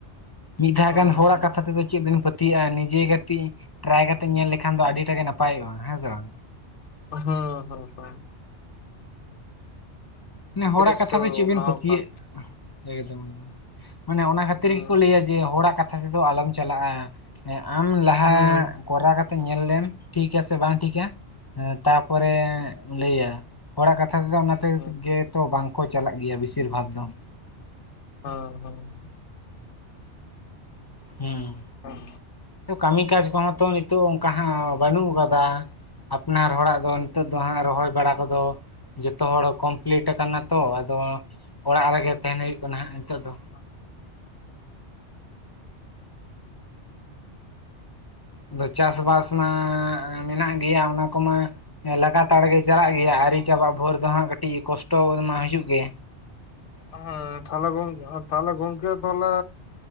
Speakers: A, on the left; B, on the left.
A: ᱢᱤᱫ ᱫᱷᱟᱣ ᱜᱟᱱ
B: ᱦᱩᱸ
A: ᱦᱚᱲᱟᱜ
B: ᱦᱩᱸ
A: ᱠᱟᱛᱷᱟ
B: ᱦᱩᱸ
A: ᱛᱮᱫᱚ ᱪᱮᱜ ᱵᱮᱤᱱ ᱯᱟᱹᱛᱭᱟᱹᱜᱼᱟ ᱱᱤᱡᱮ ᱜᱟᱛᱮ ᱴᱨᱟᱭ ᱠᱟᱛᱮ ᱧᱮᱞ ᱞᱮᱠᱷᱟᱱ ᱫᱚ ᱟᱹᱰᱤ ᱴᱟ ᱜᱮ ᱱᱟᱯᱟᱭᱚᱜᱼᱟ ᱦᱮᱸ ᱥᱮ ᱵᱟᱝ?
B: ᱦᱚᱸ ᱦᱚᱸ ᱦᱚᱸ
A: ᱢᱟᱱᱮ ᱦᱚᱲᱟᱜ
B: ᱚᱵᱚᱥᱥᱳ
A: ᱠᱟᱛᱷᱟ ᱫᱟ ᱪᱮᱜ
B: ᱚᱱᱟ
A: ᱵᱮᱱ ᱯᱮᱛᱭᱟᱹᱜ
B: ᱦᱚᱸ ᱠᱟᱱ
A: ᱮᱠᱫᱚᱢ ᱮᱫᱚᱢ ᱢᱟᱱᱮ ᱚᱱᱟ ᱠᱷᱟᱹᱛᱤᱨ
B: ᱦᱩᱸ
A: ᱜᱮᱠᱚ ᱞᱟᱹᱭᱟ
B: ᱦᱩᱸ
A: ᱡᱮ ᱦᱚᱲᱟᱜ ᱠᱟᱛᱷᱟ ᱛᱮᱫᱚ ᱟᱞᱚᱢ ᱪᱟᱞᱟᱜᱼᱟ᱾ ᱮᱸ ᱟᱢ ᱞᱟᱦᱟ
B: ᱦᱩᱸ
A: ᱠᱚᱨᱟᱣ ᱠᱟᱛᱮ ᱧᱮᱞ ᱞᱮᱢ ᱴᱷᱤᱠᱟ ᱥᱮ ᱵᱟᱝ ᱴᱷᱤᱠᱟ᱾ ᱦᱮᱸ ᱞᱛᱟᱯᱚᱨᱮ ᱞᱟᱹᱭᱟ ᱦᱚᱲᱟᱜ ᱠᱟᱛᱷᱟ ᱛᱮᱫᱚ ᱚᱱᱟᱛᱮ
B: ᱦᱩᱸ ᱦᱩᱸ
A: ᱜᱮᱛᱚ ᱵᱟᱝᱠᱚ ᱪᱟᱞᱟᱜ ᱜᱮᱭᱟ ᱵᱮᱥᱤᱨ ᱵᱷᱟᱜᱽ ᱫᱚ᱾
B: ᱦᱚᱸ ᱦᱚᱸ
A: ᱦᱩᱸ
B: <inaudible>
A: ᱠᱟᱹᱢᱤ ᱠᱟᱡᱽ ᱠᱚᱦᱚᱸ ᱛᱚ ᱱᱤᱛᱚᱜ ᱚᱝᱠᱟ ᱦᱟᱸ ᱵᱟᱹᱱᱩᱜ ᱟᱠᱟᱫᱟ᱾ ᱟᱯᱱᱟᱨ ᱦᱚᱲᱟᱜ ᱫᱚ ᱱᱤᱛᱚᱜ ᱫᱚ ᱦᱟᱸᱜ ᱨᱚᱦᱚᱭ ᱵᱟᱲᱟ ᱠᱚᱫᱚ ᱡᱚᱛᱚ ᱦᱚᱲ ᱠᱚᱢ ᱞᱮᱴ ᱟᱠᱟᱱᱟ ᱛᱚ, ᱟᱫᱚ ᱚᱲᱟᱜ ᱨᱮᱜᱮ ᱛᱟᱦᱮᱱ ᱦᱩᱭᱩᱜ ᱠᱟᱱᱟ ᱦᱟᱸᱜ ᱱᱤᱛᱚᱜ ᱫᱚ᱾
B: <inaudible>
A: ᱟᱫᱚ ᱪᱟᱥᱵᱟᱥ ᱢᱟ ᱢᱮᱱᱟᱜ ᱜᱮᱭᱟ ᱚᱱᱟ ᱠᱚᱢᱟ ᱮᱸ ᱞᱟᱜᱟᱛᱟᱲ ᱜᱮ ᱪᱟᱞᱟᱜ ᱜᱮᱭᱟ ᱟᱹᱭᱨᱤ ᱪᱟᱵᱟᱜ ᱵᱷᱳᱨ ᱫᱚ ᱦᱟᱸᱜ ᱠᱟᱹᱴᱤᱡ ᱠᱚᱥᱴᱚ ᱢᱟ ᱦᱩᱭᱩᱜ ᱜᱮ᱾
B: ᱦᱮᱸ ᱛᱟᱦᱞᱮ ᱜᱚᱝ ᱛᱟᱦᱞᱮ ᱜᱚᱝᱠᱮ ᱛᱟᱦᱞᱮ